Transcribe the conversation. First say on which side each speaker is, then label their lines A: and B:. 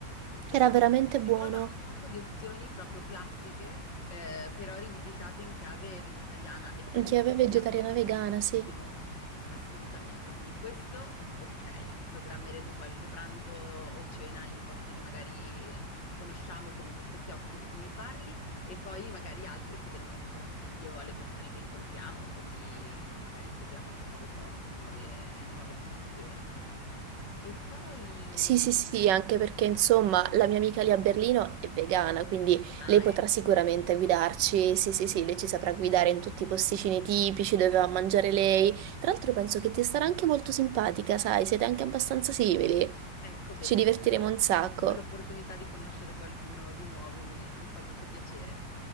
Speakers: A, on the left; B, on the right.
A: Esatto,
B: Era veramente
A: sì, si
B: buono.
A: trovano un sacco di opzioni proprio classiche, eh, però rivisitate in chiave vegetariana e quello
B: Chiave vegetariana
A: mi aspetta
B: vegana,
A: tantissimo,
B: sì.
A: assolutamente. Quindi questo, ok, programmeremo qualche pranzo o cena in posti che magari conosciamo come questo chiosco di cui mi parli e poi magari altri chiederemo anche consiglio alle persone che incontriamo, così magari scopriamo anche nuovi posti, nuove nuove situazioni. E poi...
B: Sì, sì, sì, anche perché insomma la mia amica lì a Berlino è vegana, quindi
A: Ah,
B: lei potrà
A: ecco.
B: sicuramente guidarci. Sì, sì, sì, lei ci saprà guidare in tutti i posticini tipici dove va a mangiare lei. Tra l'altro penso che ti starà anche molto simpatica, sai, siete anche abbastanza simili.
A: Ecco bene,
B: Ci divertiremo
A: così
B: un sacco.
A: <laughs> ho l'opportunità di conoscere qualcuno di nuovo, mi, mi fa molto piacere.